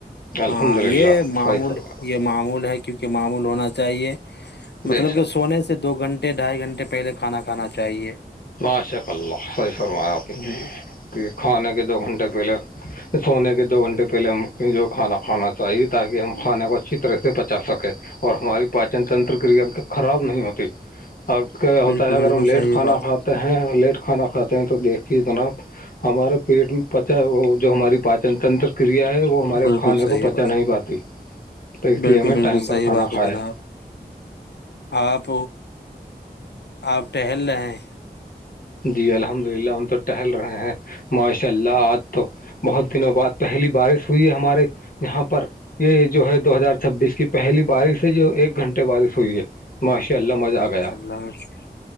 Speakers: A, on the left; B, on the left.
A: الحمد
B: ہاں یہ
A: للہ
B: معمول
A: صحیح فرمایا
B: یہ معمول ہے کیونکہ معمول ہونا چاہیے چاہے مطلب
A: بے شک
B: کہ سونے سے دو گھنٹے ڈھائی گھنٹے پہلے کھانا کھانا چاہیے
A: بشاک اللہ صحی فرمایا کہ
B: جی
A: کہ کھانے کے دو گھنٹے پہلے سونے کے دو گھنٹے پہلے ہم کو جو کھانا کھانا چاہیے تاکہ ہم کھانے کو اچھی طرح سے پچا سکیں اور ہماری پاچن تنترکیا خراب نہیں ہوتی اب کیا ہوتا
B: بالکل
A: ہے اگر
B: بالکل
A: ہم لیٹ
B: صحیح
A: کھانا
B: بات
A: کھاتے ہیں لیٹ کھانا کھاتے ہیں تو دیکھیے جناب ہمارے پیٹ میں پچا وہ جو ہماری پاچن تنتر کریا ہے وہ ہمارے
B: بالکل
A: کھانے
B: صحیح
A: کو پچا
B: بات
A: نہیں پاتی تو اس
B: بالکل
A: لیے ہمیں
B: بالکل
A: ٹائم
B: صحیح
A: پر کھانا
B: بات
A: کھایا
B: جناب
A: ہے
B: آپ آپ ٹہل رہے
A: جی الحمد للہ ہم تو ٹہل رہے ہیں ماشاء اللہ آات تو بہت دنوں بعد پہلی بارش ہوئی ہے ہمارے یہاں پر یہ جو ہے دو ہزار چھبیس کی پہلی بارش ہے جو ایک گھنٹے بارش ہوئی ہے ماشاء اللہ مزہ آ گیا
B: ل <unintelligible>